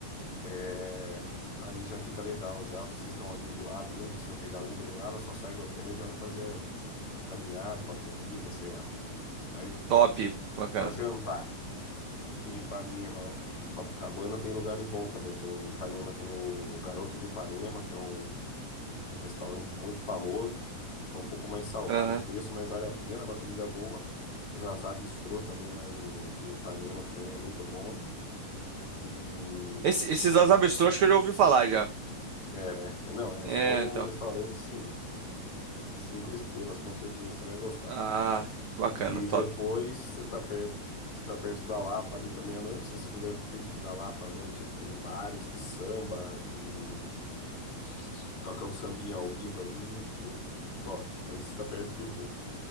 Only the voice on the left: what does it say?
É, Ali já fica legal, já. Vocês estão ali do lado, ali não precisa pegar Uber nem nada, só sai do hotel e já vai fazer a caminhada, uma corrida, sei lá. Aí,
para jantar. Em Ipanema e Copacabana tem lugares bons também. Tem, em Ipanema tem o Garoto de Ipanema, que é um, um restaurante muito famoso. É um pouco mais salgado
o preço, mas vale a pena, é uma comida boa. Zazá Bistrô também lá em, em Ipanema, que também é muito bom. E
é, né? É, Não, é,
são
restaurantes, sim. Cinco estrelas, com certeza você vai gostar.
E
depois você tá perto, você tá perto da Lapa ali também à noite. Se você quiser tem- na Lapa à noite, ele tem bares de samba, de que, que toca o sambinha ao vivo ali, é top. Aí você está perto de tudo.